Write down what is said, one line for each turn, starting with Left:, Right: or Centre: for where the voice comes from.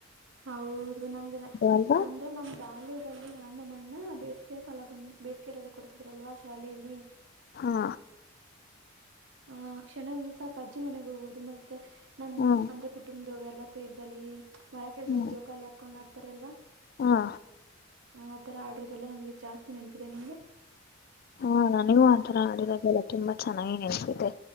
Right: ಹೌದು ನಂಗೆ
Left: ಅಲ್ವಾ
Right: ಅಂದ್ರೆ ನಮ್ ಬಾಲ್ಯ. ದಲ್ಲಿ ನಮ್ಮಣ್ಣ ಬೇಸಿಗೆ ಕಾಲ ಬಂದ್ ಬೇಸಿಗೆ ರಜಾ ಕೊಡ್ತಿದ್ರಲ್ವ ಶಾಲೆಯಲ್ಲಿ.
Left: ಹಾ
Right: ಆ ಕ್ಷಣಂದ್ರೆ ಸಾಕ ಅಜ್ಜಿ ಮನೆಗೆ ಹೋಗೋುದು ಮತ್ತೆ ನಮ್
Left: ಹಾ
Right: ಅಂದ್ರೆ ಕುಟುಂಬ. ದವ್ರಲ್ಲ ಸೇರಲ್ಲಿ ಮರ ಕೆಳಗಡೆ
Left: ಹಾ
Right: ಜೋಕಾಲಿ ಹಾಕೊಂಡ್ ಆಡ್ತಾರಲ್ವಾ.
Left: ಹಾ.
Right: ಆತರ ಆಡಿರೋದೆಲ್ಲಾ ನಂಗೆ ಜಾಸ್ತಿ ನೆನಪಿದೆ ನಿಂಗೆ.
Left: ಹಾ ನನಗೂ ಆಥರ ಆಡಿರದೆಲ್ಲ ತುಂಬಾ ಚೆನ್ನಾಗಿ ನೆನ್ಪಿದೆ.